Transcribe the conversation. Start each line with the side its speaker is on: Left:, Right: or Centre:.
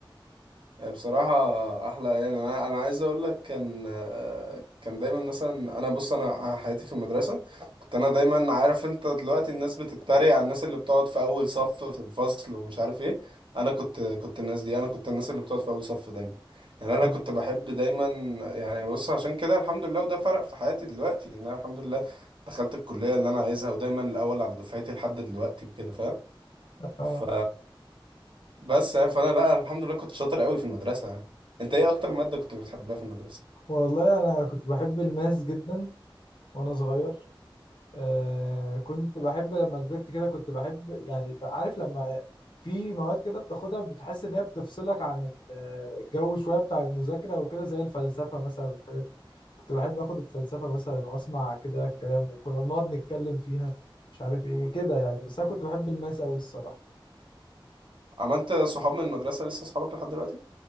Right: آه، بصراحة أحلى يعني أنا أنا عايز أقول لك كان آه، كان دايما مثلا أنا بص أنا حياتي في المدرسة كنت أنا دايما عارف أنت دلوقتي الناس بتتريق على الناس اللي بتقعد في أول صف في الفصل ومش عارف إيه أنا كنت كنت الناس دي أنا كنت الناس اللي بتقعد في أول صف دايما يعني أنا
Left: مم.
Right: كنت بحب دايما يعني بص عشان كده الحمد لله وده فرق في حياتي دلوقتي إن أنا الحمد لله دخلت الكلية اللي أنا عايزها ودايما الأول على دفعتي لحد دلوقتي وكده فاهم
Left: آه.
Right: ف بس يعني فانا لا الحمد لله كنت شاطر قوي في المدرسه يعني انت ايه اكتر ماده كنت بتحبها في المدرسه
Left: والله أنا كنت بحب الماس جدا وأنا صغير آه. كنت بحب لما كبرت كده كنت بحب يعني بقى عارف لما في مواد كده بتاخدها بتحس إن هي بتفصلك عن ال- الجو شوية بتاع المذاكرة وكده زي الفلسفة مثلا والحاجات دي كنت بحب آخد الفلسفة مثلا وأسمع كده الكلام وكنا بنقعد نتكلم فيها مش عارف إيه كده يعني بس أنا كنت بحب الماس أوي الصراحة
Right: عملت صحاب من المدرسه لسه صحابك لحد دلوقتي